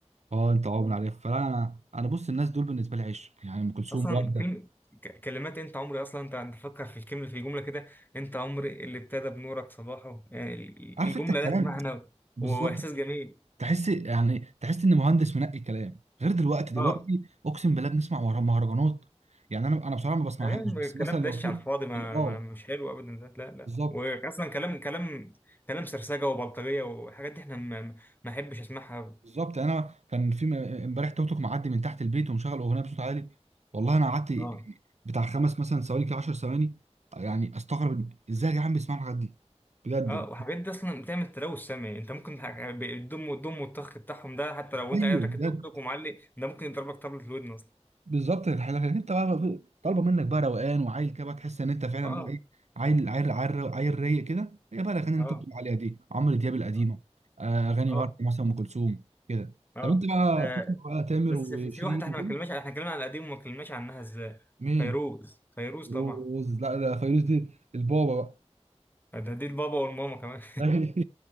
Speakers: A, on the right; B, on the left.
A: اه انت عمر عليها فانا انا انا بص الناس دول بالنسبه لي عشق يعني ام كلثوم
B: اصلا
A: ورده
B: كلمه ك- كلمات انت عمري اصلا انت انت فكر في الكلمه في الجمله كده انت عمري اللي ابتدى بنورك صباحه يعني ال-
A: عارف
B: الجمله
A: انت الكلام
B: لها معنى
A: بالظبط
B: و- واحساس جميل
A: تحس يعني تحس ان مهندس منقي كلام غير دلوقتي دلوقتي
B: اه
A: اقسم بالله بنسمع ورا- مهرجانات يعني انا انا بصراحه ما بسمعهاش
B: يعني
A: بس
B: الكلام
A: مثلا لو
B: دش
A: في
B: على الفاضي ما,
A: اه
B: ما مش حلو ابدا ده لا لا
A: بالظبط
B: واصلا كلام كلام كلام سرسجه وبلطجيه وحاجات دي احنا ما ما احبش اسمعها
A: بالظبط يعني انا كان في م- امبارح توك توك معدي من تحت البيت ومشغل اغنيه بصوت عالي والله انا قعدت
B: اه
A: بتاع خمس مثلا ثواني كده 10 ثواني يعني استغرب إن- ازاي يا جدعان بيسمعوا الحاجات دي بجد
B: اه
A: يعني
B: وحاجات دي اصلا بتعمل تلوث سمعي انت ممكن حاجة- الدم والدم والطخ بتاعهم ده حتى لو
A: ايوه
B: انت قاعد راكب
A: بجد
B: توك توك ومعلق ده ممكن يضربك طبلة في الودن اصلا
A: بالظبط الحل- لكن انت بقى طالبه منك بقى روقان وعيل كده بقى تحس ان انت فعلا
B: اه
A: بقى ايه عيل عيل عيل عيل رايق كده هي بقى الاغاني اللي
B: اه
A: انت بتقول عليها دي عمرو دياب القديمه
B: اه
A: آه، اغاني
B: اه
A: ورد مثلا ام كلثوم كده
B: اه
A: طب انت بقى
B: آه،
A: بتسمع بقى تامر
B: بس
A: وشيرين
B: في في واحده احنا
A: وكده؟
B: ما اتكلمناش احنا اتكلمنا على القديم وما اتكلمناش عنها ازاي
A: مين
B: فيروز فيروز
A: فيروز
B: طبعا
A: لا ده فيروز دي البابا بقى
B: ده دي البابا والماما كمان
A: <laughs>